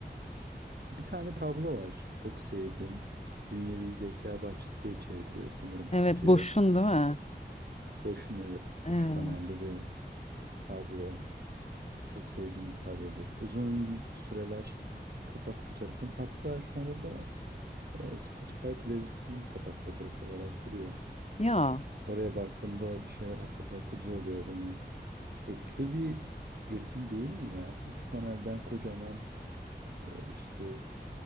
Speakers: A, on the right (about 65°); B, on the left (about 40°).
A: bir tane tablo var çok sevdiğim. Dünyevi Zevkler Bahçesi diye çevriliyor sanırım Türkçe'ye.
B: Evet boşsun değil mi?
A: Boş'un evet
B: Evet.
A: üç panelli bir tablo. Çok sevdiğim bir tablodur. Uzun süreler kapak fotoğrafım. Hatta şu anda da e, Spotify playlistimin kapak fotoğrafı olarak duruyor.
B: Ya
A: Oraya baktığımda bir şeyler hatırlatıcı oluyor bana. Etkili bir resim değil mi ya? Üç panelden kocaman e, işte